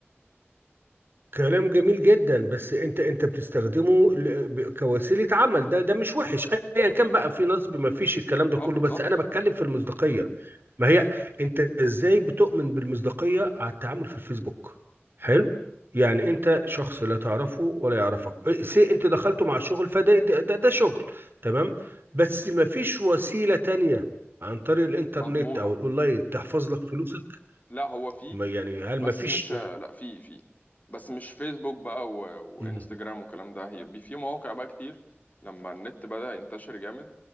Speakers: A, on the right; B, on the left.
A: كلام جميل جدا بس انت انت بتستخدمه ل- ب- كوسيله عمل ده ده مش وحش ايا كان بقى في نصب ما فيش الكلام ده
B: اه
A: كله
B: بالظبط
A: بس انا بتكلم في المصداقيه ما هي انت ازاي بتؤمن بالمصداقيه على التعامل في الفيسبوك حلو يعني انت شخص لا تعرفه ولا يعرفك إيه، سي انت دخلته مع شغل فده ده, ده, ده شغل تمام بس ما فيش وسيله تانية عن طريق الانترنت
B: مضمونة
A: او الاونلاين تحفظ لك فلوسك
B: لا هو فيه
A: ما يعني هل
B: بس
A: ما فيش
B: مش لا فيه فيه بس مش فيسبوك بقى و... وانستجرام
A: مم.
B: والكلام ده هيبقى في مواقع بقى كتير لما النت بدأ ينتشر جامد